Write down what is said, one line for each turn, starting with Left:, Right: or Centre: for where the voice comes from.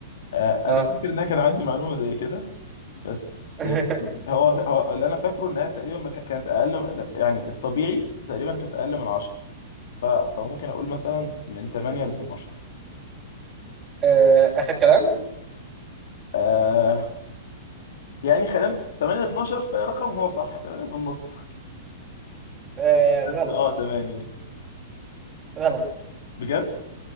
Left: آه
Right: آه
Left: انا فاكر ان انا كان عندي معلومه زي كده بس
Right: <laughs>
Left: يعني هو, هو اللي انا فاكره انها تقريبا ما كان- كانت اقل يعني الطبيعي تقريبا كانت اقل من 10 ف... فممكن اقول مثلا من 8 ل
Right: م.
Left: 12
Right: آه، آخر كلام
Left: آه يعني خلينا 8 12 فرقم هو صح تمام في النص
Right: آه،
Left: بس
Right: غلط
Left: اه تمام يعني
Right: غلط
Left: بجد